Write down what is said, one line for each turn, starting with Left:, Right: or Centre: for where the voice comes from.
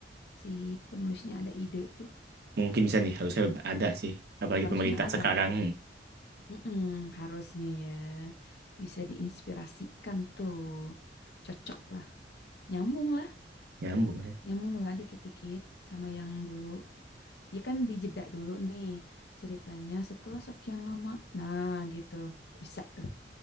Left: si penulisnya ada ide tuh.
Right: mungkin bisa nih harusnya ada sih. Apalagi
Left: Harusnya
Right: pemerintah
Left: ada.
Right: sekarang
Left: Mm-mm, harusnya ya. Bisa diinspirasikan tuh. Cocok lah. Nyambung lah.
Right: <laughs> nyambung ya.
Left: Nyambung lah dikit-dikit sama yang dulu. Ya kan dijeda dulu nih ceritanya setelah sekian lama. Nah gitu. Bisa tuh.